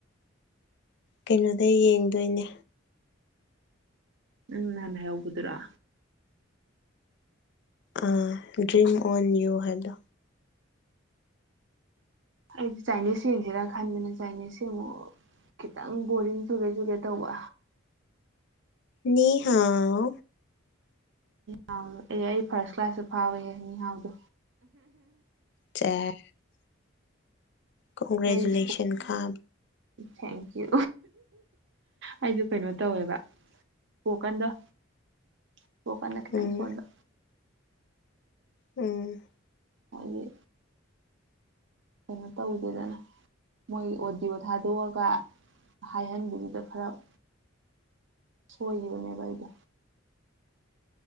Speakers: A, on the left; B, on the right.
A: ꯀꯩꯅꯣꯗ ꯌꯦꯡꯗꯣꯏꯅꯦ
B: ꯅꯪ ꯅꯍꯥꯟ ꯍꯥꯏꯍꯧꯕꯗꯨꯔꯣ
A: ꯑ ꯗ꯭ꯔꯤꯝ ꯑꯣꯟ ꯌꯨ ꯍꯥꯏꯗꯣ
B: ꯑꯩꯗꯤ ꯆꯥꯏꯅꯤꯁ ꯌꯦꯡꯁꯤꯔ ꯈꯟꯕꯅꯦ ꯆꯥꯏꯅꯤꯖꯁꯤ ꯑꯃꯨꯛ ꯈꯤꯇꯪ ꯕꯣꯔꯤꯡ ꯆꯨꯒꯦ ꯆꯨꯒꯦ ꯇꯧꯕ
A: ꯅꯤꯍꯥꯎ
B: ꯍꯥꯎꯗꯣ ꯑꯦ ꯑꯩ ꯐꯥꯔꯁ ꯀ꯭ꯂꯥꯁꯇ ꯐꯥꯎꯋꯦꯍꯦ ꯃꯤꯍꯥꯎꯗꯣ
A: ꯆꯦ ꯀꯣꯡꯒ꯭ꯔꯦꯖꯨꯂꯦꯁꯟ
B: ꯑꯩ
A: ꯈꯥ
B: ꯊꯦꯡꯀ꯭ꯌꯨ ꯑꯩꯁꯨ ꯀꯩꯅꯣ ꯇꯧꯋꯦꯕ ꯏꯁꯄ‌ꯣꯀꯟꯗ‌ꯣ ꯏꯁꯐ‌ꯣꯀꯟꯗ ꯈꯤꯇꯪ
A: ꯎꯝ
B: ꯁ‌ꯣꯟꯕ
A: ꯎꯝ
B: ꯍꯣꯏꯌꯦ ꯀꯩꯅꯣ ꯇꯧꯗꯦꯗꯅ ꯃꯣꯏꯒꯤ ꯑꯣꯗꯤꯑꯣ ꯊꯥꯗꯣꯛꯑꯒ ꯍꯥꯏꯍꯟꯕꯗꯨꯗ ꯈꯔ ꯁꯣꯏꯒꯤꯕꯅꯦꯕ ꯑꯩꯗꯣ